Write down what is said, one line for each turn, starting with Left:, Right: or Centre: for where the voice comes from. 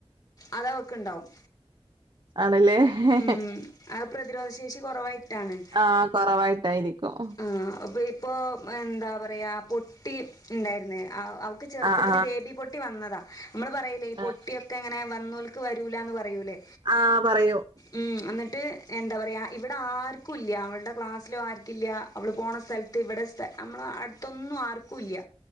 Left: അത് അവക്ക് ഇണ്ടാവും
Right: ആണ്ല്ലേ എഹ്ഹെ ഹെ
Left: ഉം അത് പ്രതിരോധ ശേഷി കാെറവായിട്ടാണ്
Right: ആഹ് കാെറവായിട്ടായിരിക്കും
Left: ആഹ് അപ്പ ഇപ്പോ എന്താ പറയാ പൊട്ടി ഇണ്ടായിര്ന്ന് <unintelligible> ഇക്ക് ചെറ്പ്പത്തില്
Right: ആഹ്
Left: ബേബി പൊട്ടി വന്നതാ നമ്മള് പറയി ലെ ഈ പൊട്ടിയൊക്കെ
Right: ആഹ്
Left: എങ്ങനെ വന്നോൽക്ക് വരൂലാന്ന് പറയൂലെ
Right: ആഹ് പറയൂ
Left: ഉം അന്ന്ട്ട് എന്താ പറയാ ഇവിടെ ആര്ക്കും ഇല്യ അവൾടെ ക്ലാസ്സിലും ആര്ക്കില്യ അവള് പോണ സ്ഥൽത്ത് ഇവടെ സ്ഥ നമ്മളെ അട്ത്തൊന്നും ആർക്കും ഇല്യ